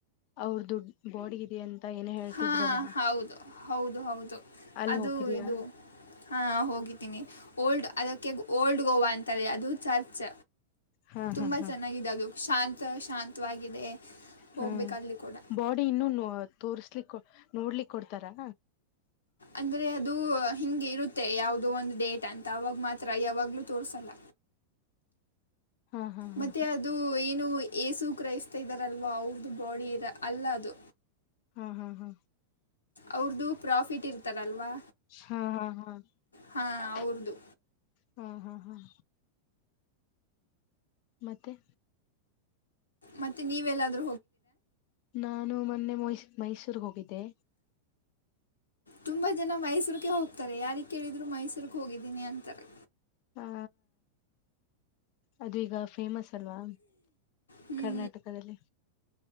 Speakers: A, on the left; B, on the left.
A: ಅವ್ರದು ಬಾಡಿ ಇದೆ ಅಂತ. ಏನ ಹೇಳ್ತಿದ್ರಲ್ಲ.
B: ಹಾಂ ಹೌದು ಹೌದು ಹೌದು.
A: ಅಲ್ಲಿ
B: ಅದು
A: ಹೋಗಿದೀಯಾ
B: ಇದು ಹಾ ಹೋಗಿದ್ದೀನಿ. ಓಲ್ಡ್ ಅದಕ್ಕೆ ಓಲ್ಡ್ ಗೋವಾ ಅಂತ. ತಾರೆ ಅದು. ಚರ್ಚ್
A: ಹಾ
B: ತುಂಬಾ
A: ಹಾ ಹಾ
B: ಚೆನ್ನಾಗಿದೆ. ಅದು ಶಾಂತ ಶಾಂತವಾಗಿದೆ. ಹೋಗ್ಬೇಕು
A: ಹ್ಮ
B: ಅಲ್ಲಿ ಕೂಡ
A: ಬಾಡಿ ಇನ್ನುೂನೋ ತೋರ್ಸ್ಲಿಕ್ಕ ನೋಡ್ಲಿಕ್ಕೆ ಕೊಡ್ತಾರಾ?
B: ಅಂದ್ರೆ ಅದು ಹಿಂಗೆ ಇರುತ್ತೆ ಯಾವುದೋ ಒಂದು ಡೇಟ್ ಅಂತ ಅವಾಗ ಮಾತ್ರ. ಯಾವಾಗ್ಲೂ ತೋರ್ರಿಸಲ್ಲ.
A: ಹಾ ಹಾ ಹಾ
B: ಮತ್ತೆ ಅದು ನೀನು ಏಸು ಕ್ರೈಸ್ತ ಇದಾರಲ್ವಾ ಅವ್ರ್ದ ಬಾಡಿ ಅಲ್ಲ ಅದು.
A: ಹಾ ಹಾ ಹಾ
B: ಅವ್ರ್ದು ಪ್ರಾಫಿಟ್ ಇರ್ತಾರಲ್ವಾ?
A: ಹಾ ಹಾ ಹಾ
B: ಹಾಂ ಅವ್ರದ್ದು
A: ಹಾಂ ಹಾಂ ಹಾಂ ಮತ್ತೆ
B: ಮತ್ತೆ ನೀವೆಲ್ಲಾದ್ರ
A: ನಾನು ಮ ಮೊನ್ನೆ ಮ ಮೈಸೂರ್ ಹೋಗಿದ್ದೆ
B: ತುಂಬಾ ಜನಾ ಮೈಸೂರ್ಕೆ ಹೋಗ್ತಾರೆ ಯಾರಿಗ ಕೇಳಿದ್ರು ಮೈಸೂರ್ಕ ಹೋಗಿದ್ದೀನಿ ಅಂತಾರೆ
A: ಹಾ ಅದು ಈಗ ಫೇಮಸ್ ಅಲ್ವಾ
B: ಹ್ಞೂ
A: ಕರ್ನಾಟಕದಲ್ಲಿ